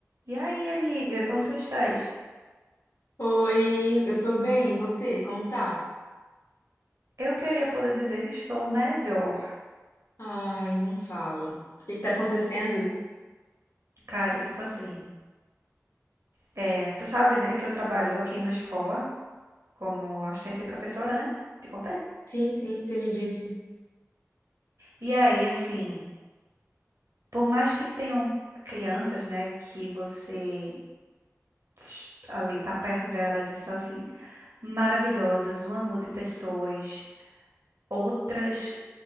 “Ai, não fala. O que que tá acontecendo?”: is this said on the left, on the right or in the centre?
Left